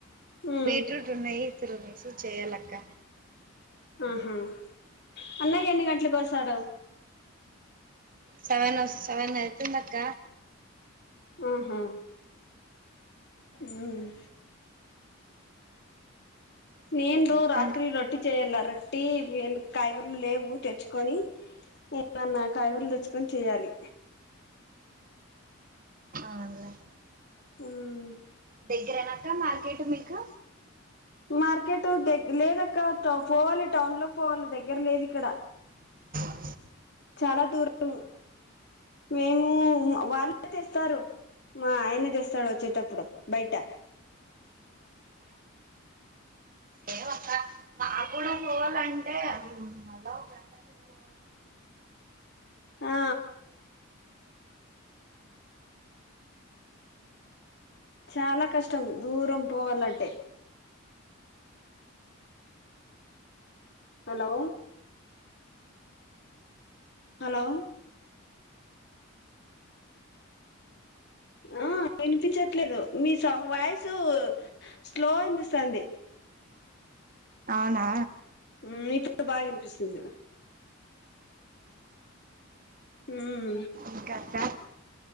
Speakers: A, on the left; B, on the right.
A: ఊ
B: బీట్రూట్ ఉన్నాయి తురుమేసి చేయాలక్క
A: ఆహా! అన్నయ్య ఎన్ని గంట్లకు వస్తాడు.
B: సెవెన్ సెవెనయితుందక్క.
A: ఆహా! మ్
B: సెవెన్
A: నేను కూడ్
B: అయితది
A: రాత్రి రొట్టి చేయల్ల రొట్టి <unintelligible> కాయగుర్లు లేవు తెచ్చుకొని ఏమన్నా కాయగుర్లు తెచ్చుకొని చెయాలి.
B: అవున్లేే.
A: ఉమ్.
B: దగ్గరేనా అక్క మార్కెట్ మీకు
A: మార్కెటు ద లేదక్క తొ పోవాలి టౌన్ లోకి పోవాలి దగ్గర్లేదిక్కడ
B: అ
A: చాలా దూరం. మేము వాళ్ళే తెస్తారు మా ఆయన తెస్తాడు వచ్చేటప్పుడు బయట
B: లేవక్క మాక్కూడ పోవల్లంటే మళ్ళా ఒ గంటకి పోవ
A: ఆ చాలా కష్టం దూరం పోవాలంటే హలో హలో ఆ వినిపించట్లేదు. మీ స వాయిసు స్లో ఇనిపిస్తాంది.
B: అవునా
A: హ్మ్ ఇప్పుడు బాగా వినిపిస్తుంది హ్మ్
B: ఇంకా అక్క